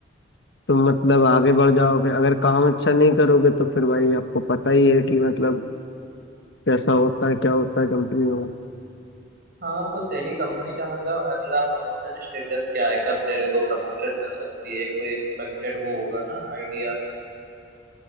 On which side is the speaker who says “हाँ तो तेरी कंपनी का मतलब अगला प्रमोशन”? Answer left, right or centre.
Right